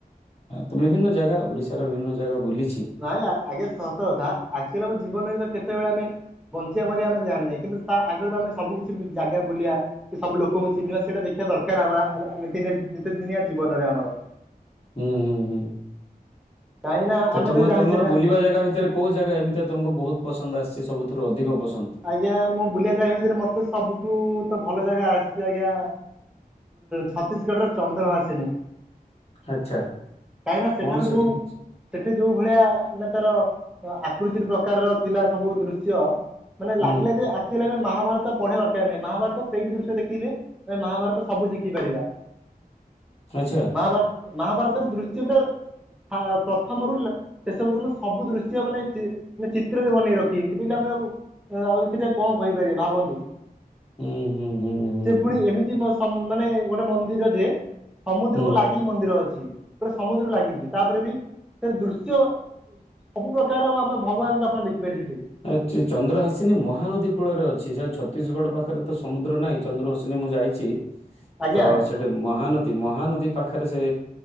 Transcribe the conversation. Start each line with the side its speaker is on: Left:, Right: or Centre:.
Left: ତ ବିଭିନ୍ନ ଜାଗା ଓଡିଶାର ବିଭିନ୍ନ ଜାଗା ବୁଲିଚି
Centre: ନାଇଁ ଆ-ଆଜ୍ଞା ସତ କଥା ଆକ୍ଚୁଆଲି ଆମ ଜୀବନରେ କେତେବେଳେ ଆମେ ବଞ୍ଚିବା ମରିବା ଆମେ ଜାଣିିନେ କିନ୍ତୁ ତା ଆଗରୁ ଆମେ ସବୁ କିଛି ଜାଗା ବୁଲିବା। ସବୁ ଲୋକଙ୍କୁ ଚିହ୍ନିବା ସେଇଟା ଦେଖିବା ଦରକାର୍ ଆମ-ଆ-ରିତି -ନିତିଦିନିଆ ଜୀବନରେ ଆମର।
Left: ହୁଁ- ହୁଁ- ହୁଁ
Centre: କାହିଁକି ନା
Left: ତ
Centre: ଆମେ
Left: ତମେ
Centre: ଜାଣିଛେ
Left: ତମର
Centre: ନା
Left: ବୁଲିବା ଜାଗା ଭିତରେ କଉ ଜାଗା ଏମିତି ତମକୁ ବହୁତ ପସନ୍ଦ ଆସିଚି ସବୁଥିରୁ ଅଧିକ ପସନ୍ଦ୍?
Centre: ଆଜ୍ଞା ମୁଁ ବୁଲିିବା ଜାଗା ଭିତରେ ମତେ ସବୁଠୁ ତ ଭଲ ଜାଗା ଆସିଚି ଆଜ୍ଞା ଛତିଶଗଡର ଚନ୍ଦ୍ରଭାସିିନୀ।
Left: ଆଚ୍ଛା।
Centre: କାହିଁକିନା ସେଠାରେ
Left: କଣ ସେଠି
Centre: ଯଉ
Left: ଅଛି?
Centre: ସେଠେ ଯଉ ଭଳିଆ ମାନେ ତାର ଆକୃତିର ପ୍ରକାରର ଥିଲା ସବୁ ଦୃଶ୍ୟ ମାନେ
Left: ହୁଁ
Centre: ଲାଗିଲା ଯେ ଆକ୍ ଯେ ମହାଭାରତ ପଢିବା ଦରକାର୍ ନାହିଁ ମହାଭାରତ ସେଇଠି ଦୃଶ୍ୟ ଦେଖିଲେ ଆମେ ମହାଭାରତ ସବୁ ଶିଖିପାରିବା।
Left: ଆଚ୍ଛା।
Centre: <unintelligible> ମହାଭାରତ- ମହାଭାରତର ଦୃଶ୍ୟ ପୁରା ପ୍ରଥମରୁ ଶେଷ ପର୍ଯ୍ୟନ୍ତ ସବୁ ଦୃଶ୍ୟ ମାନେ-ଚି- ମାନେ ଚିତ୍ରରେ ବନେଇ ରଖି <unintelligible> ଆମେ ଆଉ ଆଉ ସେଟା କଣ କହିପାରିବେ ଭାବନ୍ତୁ।
Left: ହୁଁ- ହୁଁ। ହୁଁ ହୁଁ
Centre: ସେ ଫୁଣି
Left: ହୁଁ।
Centre: ଏମିତି ସମ୍- ମାନେ ଗୋଟେ ମନ୍ଦିର ଯେ ସମୁଦ୍ରକୁ
Left: ହୁଁ
Centre: ଲାଗି କି ମନ୍ଦିର ଅଛି ପୁରା ସମୁଦ୍ରକୁ ଲାଗିକି ତାପରେ ବି ସେ ଦୃଶ୍ୟ ସବୁ ପ୍ରକାର ଆମେ ଭଗବାନଙ୍କୁ ଆପଣ ଦେଖିପାରେ ସେଠି।
Left: ଆଚି ଚନ୍ଦ୍ରଭାସିିନୀ ମହାନଦୀ କୂଳରେ ଅଛି ଯେ ଛତିଶଗଡ ପାଖରେ ତ ସମୁଦ୍ର ନାହିଁ ଚନ୍ଦ୍ରଭାସିିନୀ ମୁଁ ଯାଇଚି।
Centre: ଆଜ୍ଞା
Left: ତ ସେଠି ମହାନଦୀ- ମହାନଦୀ ପାଖେରେ ସେ